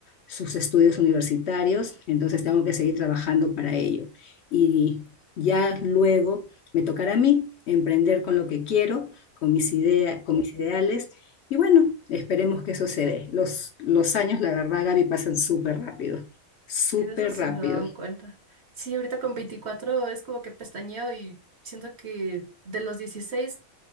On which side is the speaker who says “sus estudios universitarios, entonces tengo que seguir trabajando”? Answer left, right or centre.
Left